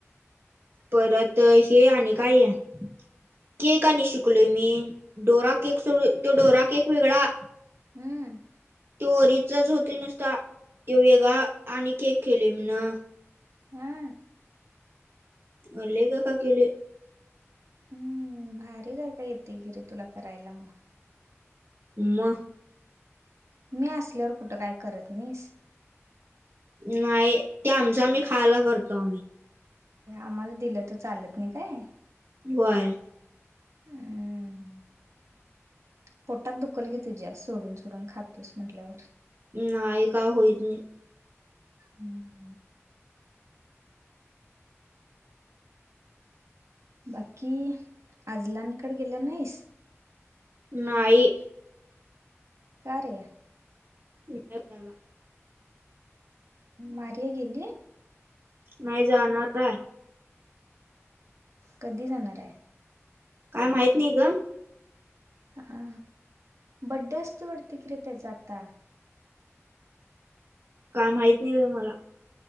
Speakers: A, on the right (about 50°); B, on the right (about 75°).
A: परत हे आणि काय आहे. केक आणि शिकलोय मी डोरा केक सोडून तो डोरा केक वेगळा
B: हम्म.
A: तो व ओरीओ च होती नुसता ते वेगळा आणि केक केले मी न.
B: हा.
A: लई काय काय केलंय.
B: हम्म भारी काय काय येते की रे तुला करायला मग
A: मग
B: मी असल्यावर कुठं काय करत नाहीस.
A: नाही ते आमच आम्ही खायला करतो आम्ही
B: आम्हाला दिलं तर चालत नाही काय?
A: होय.
B: हम्म. पोटात दुखल की तुझ्या सोडून सोडून खातोस म्हटल्यावर
A: नाही काय होईत नाही.
B: हम्म. बाकी आज लांन कडे गेल्या नाहीस.
A: नाही.
B: कारे?
A: विनोद आला.
B: मारिया गेली.
A: नाही जाणार आहे.
B: कधी जाणार आहे.
A: काय माहित नाही ग.
B: आ बड्डे असते वाटते की रं त्याचा आता
A: काय माहती नाही बाई मला